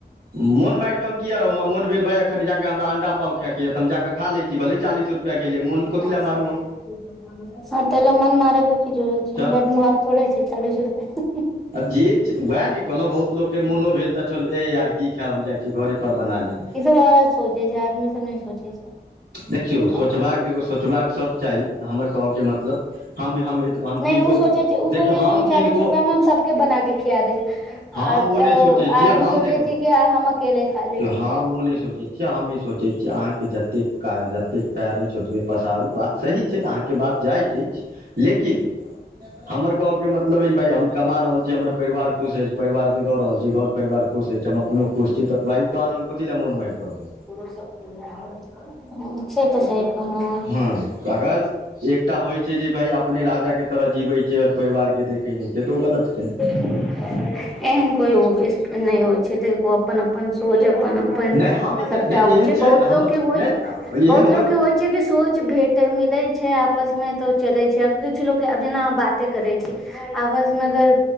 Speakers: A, on the right; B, in the centre.
A: मोन मारिऽ हम किए रहु, मन भेल भाय अखन जा कऽ हमरा अंडा पाव खाइके ये त हम जा कऽ खा लै छी, भले चालीस रुपए ले गेल मोन कथी
B: ब
A: लए
B: से
A: मारू
B: ठ <unintelligible>
A: हम
B: हँ त ल मन मार र की जड़ै छै।
A: चल
B: बड मग ोड़े छै चालीस रुपस <unintelligible>
A: आब जे छै वैह ने। कहलहु बहुत लोकके मोनो भेल तऽ चल ऐ यार की खायब हम जाइ छी, घरे पर बना लेब।
B: ई सब औरत सोचे छै आदमी सब नहि सोचे छै
A: देखियौ सोचबाक देखौ सोचबाक सब चाही, हमर कहऽके मतलब हम हम हम
B: नहि
A: किनको
B: ओ सोचै छै, ओ
A: देखियौ
B: सोचे
A: हम
B: छै ओ चालीस
A: किनको
B: रुपआ मे हम सब के बना के खिया देब
A: हम
B: आ
A: ओ नहि सोचै छियै
B: आदमी
A: हम
B: सोचे
A: देखियौ
B: छै कि हम अकेले खा लेब।
A: हम ओ नहि सोचै छियै हम ई सोचै छियै अहाँके जतेक काज जतेक पयर अछि ओतबे पसारू बात सही छै, अहाँके बात जायज अछि लेकिन हमर कह के मतलब अछि जे भाइ कमा रहल छी, हमर परिवार खुश अछि परिवार के दऽ रहल छी, घर परिवार खुश अछि, हम अपनो खुश छी त तखन हम कथि ले मोन मारि के रहब।
B: हं से तऽ छै हं।
A: हँ अगर एकटा होइ छै जे भाय अपने राजा के तरह जीवै छी और परिवारके देखै नहि छै तऽ ओ गलत छै।
B: एहन कोइ ओ नै होइ छै। ओ अपन अपन सोच अपन अपन
A: नहि हम एकटा
B: सबटा
A: नहि
B: होइ
A: एहन
B: छै। बहुत
A: हमर
B: लोग के होइ
A: नहि
B: छै। बहुत
A: एहन
B: लोक के होइ छै कि सोच भेट तऽ मिलै छै आपसमे तऽ चलै छै किछु लोकके आब जेना बाते करै छै। आपस मे अगर